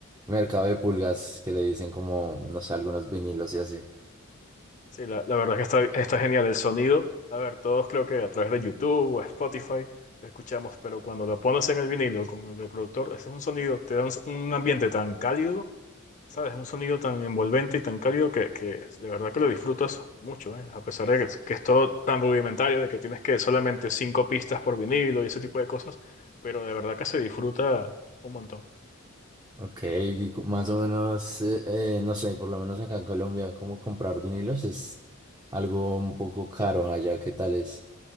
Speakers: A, on the right; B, on the left.
A: mercados de pulgas que le dicen como, no sé, algunos vinilos y así.
B: Sí, la, la verdad que está, está genial el sonido. A ver, todos creo que a través de YouTube o Spotify lo escuchamos, pero cuando lo pones en el vinilo con el reproductor, ese es un sonido, te da un, un ambiente tan cálido ¿Sabes? es Un sonido tan envolvente y tan cálido que, que de verdad que lo disfrutas mucho, ¿eh? A pesar de que, que es todo tan rudimentario, de que tienes que solamente cinco pistas por vinilo y ese tipo de cosas, pero de verdad que se disfruta un montón.
A: Ok, y cu- más o menos, eh, eh, no sé, por lo menos acá en Colombia, cómo comprar vinilos es algo un poco caro allá, ¿qué tal es?